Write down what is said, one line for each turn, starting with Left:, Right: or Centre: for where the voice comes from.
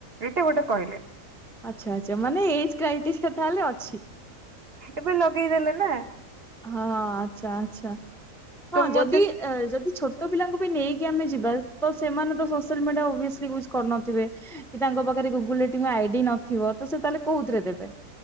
Right: ଏଇଟା ଗୋଟେ କହିଲେ।
Centre: ଆଛା ଆଛା ମାନେ ଏଜ କ୍ରାଇଟିସ୍ କଥା ହେଲେ ଅଛି।
Right: ଏବେ ଲଗେଇଦେଲେ ନା।
Centre: ହଁ ଆଛା ଆଛା
Right: ତ
Centre: ହଁ
Right: ମତେ
Centre: ଯଦି ଯଦି ଛୋଟ ତୋ ପିଲାଙ୍କୁ ବି ନେଇକି ଆମେ ଯିବା ତ ସେମାନେ ତ ସୋସିଆଲ ମିଡିଆ ଓବେଶ୍ଲି ୟୁଜ କରୁନଥିବେ। କି ତାଙ୍କ ପାଖରେ ଗୁଗୁଲ ରେ ଟ ଆଇଡି ନଥିବ ତ ସେ ତାହେଲେ କଉଥିରେ ଦେବେ।